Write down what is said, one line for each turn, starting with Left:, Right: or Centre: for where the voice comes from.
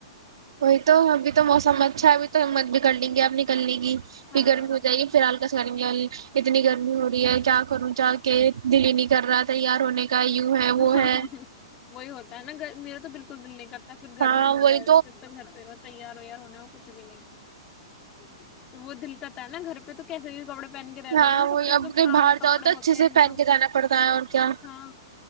Right: وہی تو ابھی تو موسمت اچھا ابھی تو ہم مت بھی کر لیں گےپ نکلنے کی
Left: ہاں
Right: پھر گرمی ہو جائے گی پھر الال گرم اتنی گرمی ہو رہی ہے کیا کروں چا کے دلی نہیں کر رہا تیار ہونے کا یوں ہے وہ
Left: ہاں
Right: ہے
Left: ہاں ہ وہی ہوتا ہے نا گ میرے تو بالکل تو جلے ک <unintelligible> ت پھر گرمی
Right: ہاں
Left: میں
Right: وہی
Left: بس پھر تو گھر پیرت تیار ویار ہونا ہو کچھ بھی نہیںھر وہ دل کرتا ہے نا گھر پہ تو کیسے کپڑے پہن کے رہ لو
Right: ہاں
Left: نا سب
Right: وہی
Left: سے
Right: اب
Left: جو
Right: کہیں
Left: پرانے
Right: باہر
Left: کپڑے
Right: جاؤ تو اچھے
Left: ہوتے
Right: سے
Left: ہیں ایک
Right: پہن
Left: دم
Right: کے جانا پڑتا ہے اور کیا
Left: ہاں